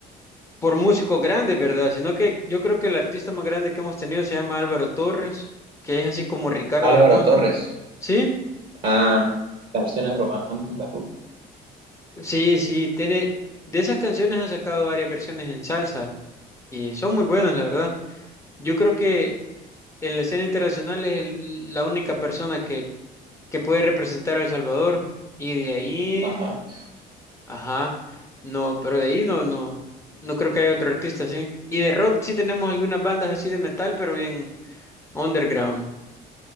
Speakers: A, on the left; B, on the right.
A: por músicos grandes, ¿verdad? Sino que yo creo que el artista más grande que hemos tenido se llama Álvaro Torres, que es así como Ricardo
B: Álvaro
A: Arjona,
B: Torres.
A: ¿sí?
B: Ah, Canciones románticas.
A: Sí, sí, tiene. De esas canciones han sacado varias versiones en salsa y son muy buenas, la verdad. Yo creo que en la escena internacional es el- la única persona que, que puede representar a El Salvador y de ahí,
B: ajá.
A: ajá, no, pero de ahí no, no, no creo que haya otro artista así. Y de rock sí tenemos algunas bandas así de metal, pero bien underground,